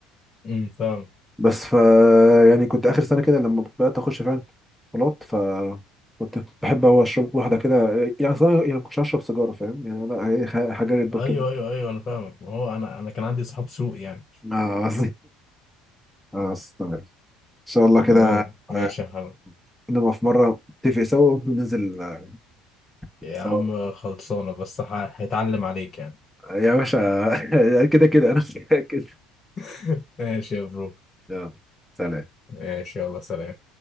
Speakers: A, on the left (about 35°); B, in the centre.
A: امم فاهم
B: بس ف يعني كنت اخر سنه كده لما بدات اخش فعلا بلاط ف كنت بحب هو اشرب واحده كده يعني صراحه يعني ما كنتش هشرب سيجاره فاهم يعني لا هي حاجه ريد بول
A: ايوه
B: كده
A: ايوه ايوه انا فاهمك ما هو انا انا كان عندي صحاب سوء يعني
B: اه <laughs> اه استنى. ان شاء الله كده
A: تمام ماشي
B: آه،
A: يا حبيبي
B: نبقى في مره نتفق سوا وننزل آه،
A: يا
B: سوا
A: عم خلصانه بس ه... هيتعلم عليك يعني
B: آه، يا باشا <laughs> كده كده انا <laughs> متاكد
A: <laughs> ماشي يا برو
B: يلا سلام
A: ماشي يلا سلام